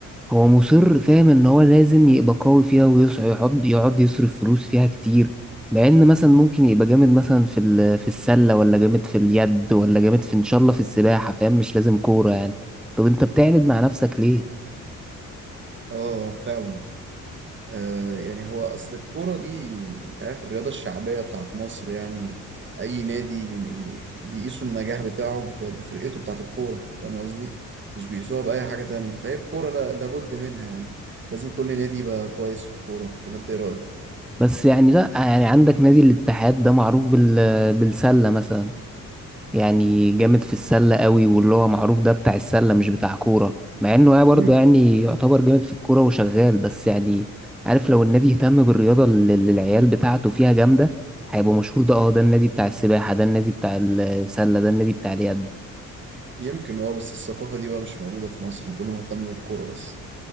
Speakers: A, in the centre; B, on the right.
A: هو مصر فاهم إن هو لازم يبقى قوي فيها ويصعد يقعد يقعد يصرف فلوس فيها كتير مع إن مثلا ممكن يبقى جامد مثلا في ال- في السلة ولا جامد في اليد ولا جامد في إن شاء الله في السباحة فاهم مش لازم كورة يعني طب أنت بتعند مع نفسك ليه؟
B: اه فعلا آه يعني هو اصل الكورة دي انت عارف الرياضة الشعبية بتاعت مصر يعني اي نادي من يعني بيقيسوا النجاح بتاعه ب- بفرقته بتاعت الكورة فاهم قصدي مش بيقيسوها بأي حاجة تانية فهي الكورة لا- لابد منها يعني لازم كل نادي يبقى كويس في الكورة ولا انت ايه رأيك؟
A: بس يعني لا يعني عندك نادي الاتحاد ده معروف بال بالسلة مثلا يعني جامد في السلة قوي واللي هو معروف ده بتاع السلة مش بتاع كورة مع انه يعني برضه
B: يم-
A: يعني يعتبر جامد في الكورة وشغال بس يعني عارف لو النادي اهتم بالرياضة اللي اللي العيال بتاعته فيها جامدة هيبقى مشهور ده اه ده النادي بتاع السباحة ده النادي بتاع السلة ده النادي بتاع اليد
B: يمكن اه بس الثقافة دي بقى مش موجودة في مصر يعني كله مهتم بالكورة بس